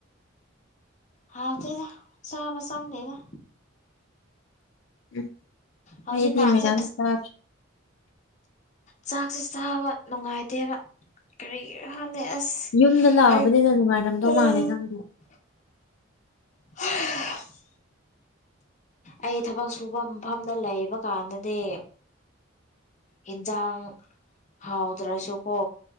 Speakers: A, on the left; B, on the left.
A: ꯍꯥꯎ ꯇꯦꯗ ꯆꯥꯕ ꯆꯪꯗꯦꯗ꯫
B: <unintelligible>
A: ꯍꯧꯖꯤꯛꯀꯥꯟꯁꯦ
B: ꯑꯩꯗꯤ ꯃꯌꯥꯝ ꯆꯥ <unintelligible>
A: ꯆꯥꯛꯁꯤ ꯆꯥꯕ ꯅꯨꯡꯉꯥꯏꯇꯦꯕ꯫ ꯀꯔꯤꯒꯤꯔ ꯈꯪꯗꯦ ꯑꯁ
B: ꯌꯨꯝꯗ ꯂꯥꯛꯑꯕꯅꯤꯅ
A: ꯑꯩ <unintelligible>
B: ꯅꯨꯡꯉꯥꯏꯔꯝꯗꯧ ꯃꯥꯜꯂꯦ ꯅꯪꯗꯤ
A: <unintelligible> ꯑꯩ ꯊꯕꯛ ꯁꯨꯕ ꯃꯐꯝꯗ ꯂꯩꯕ ꯀꯥꯟꯗꯗꯤ ꯍꯤꯟꯖꯥꯡ ꯍꯥꯎꯗ꯭ꯔꯁꯨꯀꯣ